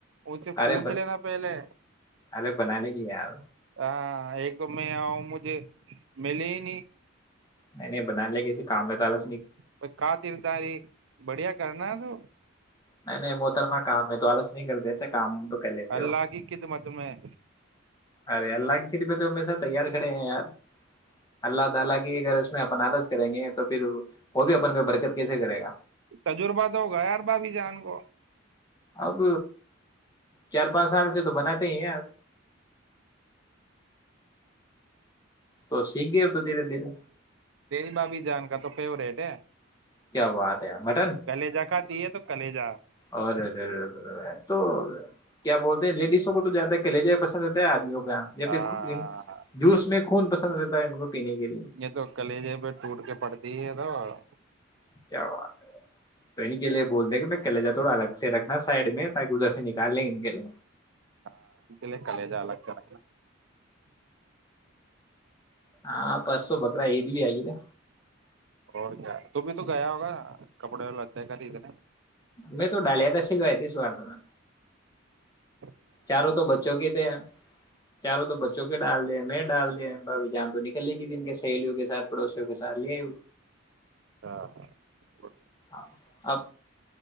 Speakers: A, on the right (about 65°); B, on the left (about 20°).
A: اس سے
B: ارے
A: پوچھ لینا پہلے
B: ارے بنانے کی ار
A: ہاں ایک تو میں آؤں مجھے ملیے ہی نہیں
B: نہیں نہیں بناان لیا کسی کام میں تالا
A: پ کاترداری بڑھیا کرنا تو
B: نہیں نہیں محترم کام ہے تو آالس نہیں کرتے ایسے کام تو کر لیتے
A: اللہگی
B: ہو
A: کت مت میںیں
B: ارے اللہ تیار کھڑے ہیں یار اللہ تعالی کی اگر اس میں بنارس کریں گے تو پھر وہ بھی اوپن پہ برکت کیسے کرے گا
A: تجربہ تو ہو گیا ار با بھی جان کو
B: اب چار پانچ سال سے تو بناتے ہی ہیں آپ تو سیکھ گئے اب تو دھیرے دھیرے
A: تیج بابی جان کا تو فیوریٹ ہے
B: کیا بات ہے مٹن
A: کلیجا کھاتی ہے تو کلیجا
B: اوررے ار تو کیا بولتے ہیں لیڈیسوں کو تو زیادہ کے لے جائے پسند ہوتا ہے آدمیوں کو گیا یا
A: ہاں
B: پھر کچھ د جوس میں خون پسند رہتا ہے ان کو پینے کے لیے
A: یہ تو کلی ج پہ ٹوٹ کے پڑتی ہے اہاں
B: کیا بات ہے تو ان کے لیے بول د کہ میں کی لے جاؤ تھوڑا الگ سے رکھنا سائڈ میں تاکہ ادھر سے نکال لیں ان کے لیے
A: ہاں انت ل کلی ج ل اچر
B: ہاں پرسوں بکرا یہ د بھی آگ تے
A: اور کیا تم بھی تو گیا ہوگا کپڑے والاتے ہے کردنے
B: میں تو ڈاالت اشل بتیس وارتمان
A: ہ
B: چاروں تو بچوں کے تھے چاروں تو بچوں کے ڈال دے میں ڈال دیا بھھی جام تو نکلنےے گی تن کے سہیلیوں کے سھ پڑوسیوں کے سھ لے آئی
A: ہاںاں
B: ہاں اب